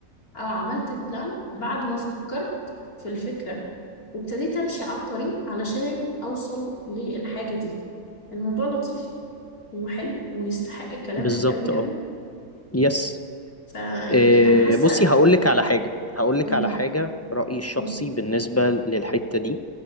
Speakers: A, on the left; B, on the left.
A: او عملت البلان بعد ما فكرت في الفكرة وابتديت امشي على الطريق علشان اوصل للحاجة دي الموضوع لطيف وحلو ويستحق الكلام
B: بالظبط
A: فيه قوي
B: اه
A: قوي
B: يس
A: فيعني
B: إيه
A: انا حاسة
B: بصي هقول لك على حاجه هقول لك
A: قولي
B: على حاجه رايي الشخصي
A: مم.
B: بالنسبه للحته دي